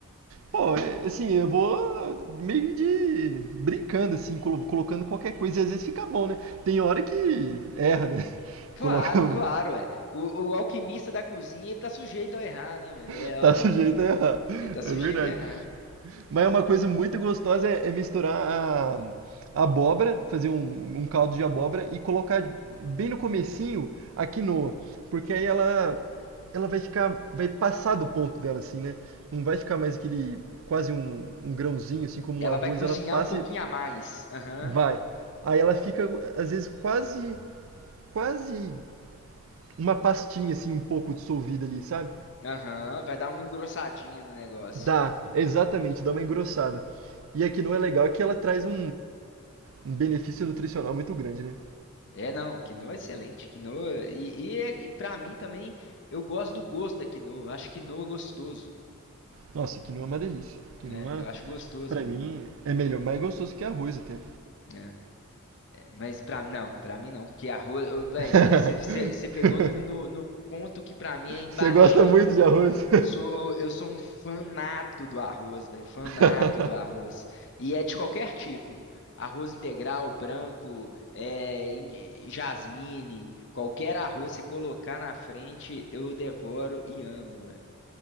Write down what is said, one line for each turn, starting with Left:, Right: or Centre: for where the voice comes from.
Right: Pô, é, assim, eu vou meio de brincando assim, colo- colocando qualquer coisa e às vezes fica bom, né? Tem hora que erra, né? <laughs>
Left: Claro,
Right: Coloca um...
Left: claro, é. O, o alquimista da cozinha, ele tá sujeito a errar, né, velho?
Right: <laughs>
Left: É, ó,
Right: Tá sujeito a errar.
Left: ele tá sujeito
Right: É verdade.
Left: a errar.
Right: Mas é uma coisa muito gostosa é, é misturar a, a abóbora, fazer um, um caldo de abóbora e colocar bem no comecinho a quinoa, porque aí ela ela vai ficar vai passar do ponto dela assim, né? Não vai ficar mais aquele quase um, um grãozinho assim como
Left: Ela
Right: um arroz,
Left: vai cozinhar
Right: ela passa
Left: um pouquinho
Right: e
Left: a mais. Aham.
Right: vai. Aí ela fica às vezes quase quase uma pastinha assim um pouco dissolvida ali, sabe?
Left: Aham, vai dar uma engrossadinha no negócio.
Right: Dá, exatamente, dá uma engrossada. E a quinoa é legal é que ela traz um, um benefício nutricional muito grande, né?
Left: É, não, quinoa é excelente. Quinoa. E, e, é- e para mim também, eu gosto do gosto da quinoa. eu Acho quinoa gostoso,
Right: Nossa, quinoa é uma delícia. Quinoa,
Left: né? Eu acho gostoso
Right: pra
Left: mesmo,
Right: mim, é melhor, mais gostoso que arroz até.
Left: né? É, mas pra não, pra mim não. Porque arroz. Ô, Véi,
Right: <laughs>
Left: você você- você- você pegou no, no, no ponto que pra mim é imbatível.
Right: Você gosta muito de arroz?
Left: Sou, eu sou um fanato do arroz, velho, fanato
Right: <laughs>
Left: do arroz. E é de qualquer tipo. Arroz integral, branco, é, em- jasmine, qualquer arroz você colocar na frente, eu devoro e amo, velho.